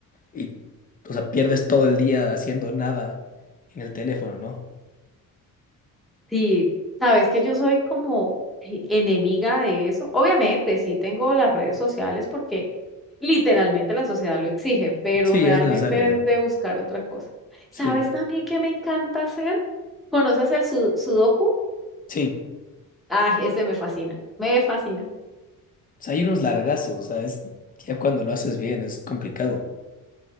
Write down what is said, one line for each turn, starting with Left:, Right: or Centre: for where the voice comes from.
Left: y, o sea, pierdes todo el día haciendo nada en el teléfono, ¿no?
Centre: Sí, sabes que yo soy como eh, enemiga de eso. Obviamente, sí tengo las redes sociales porque literalmente la sociedad lo exige, pero
Left: Sí,
Centre: realmente
Left: es necesario ya.
Centre: es de buscar otra cosa. ¿Sabes
Left: Sí,
Centre: también qué me encanta hacer? ¿Conoces el su- sudoku?
Left: sí.
Centre: Ay, ese me fascina, me fascina.
Left: O sea, hay unos largazos, o sea, es ya cuando lo haces bien es complicado.